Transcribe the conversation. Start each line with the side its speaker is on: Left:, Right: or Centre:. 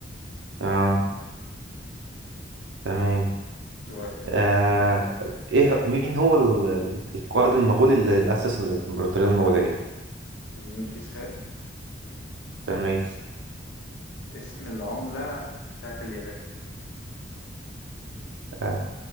Right: اه تمام
Left: دورك يلا
Right: آه. ايه مين هو ال- ال- القائد المغولي اللي اسس الامبراطوريه المغوليه
Left: جنكيز خان
Right: تمام
Left: اسم العملة بتاعت اليابان
Right: آه.